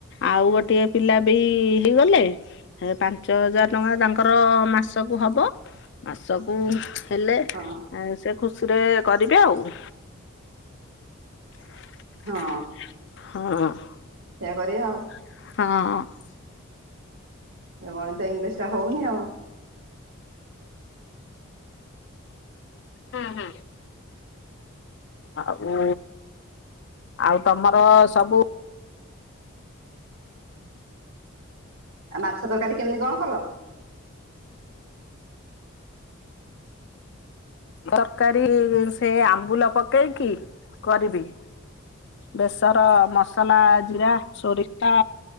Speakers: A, on the left; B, on the right.
A: ଆଉ ଗୋଟିଏ ପିଲା ବି ହେଇଗଲେ। ହେ ପାଞ୍ଚ ହଜାର ଟଙ୍କା ତାଙ୍କର ମାସକୁ ହବ ମାସକୁ ହେଲେ
B: ହଁ
A: ଆଉ ସେ ଖୁସି ରେ କରିବେ ଆଉ। <inaudible>
B: ହଁ
A: ହଁ
B: ସେଇୟା କରିବା ଆଉ।
A: ହଁ
B: ଏ ଗଣିତ ଇଂଲିଶଟା ହଉନି ଆଉ।
A: ହୁଁ ହୁଁ ଆଉ, ଆଉ ତମର ସବୁ
B: ଆଉ ମାଛ ତରକାରୀ କେମିତି କଣ କଲ?
A: ତରକାରୀ ସେ ଆମ୍ବୁଲ ପକେଇକି କରିବି। ବେସର ମସଲା ଜିରା ସୋରିଶ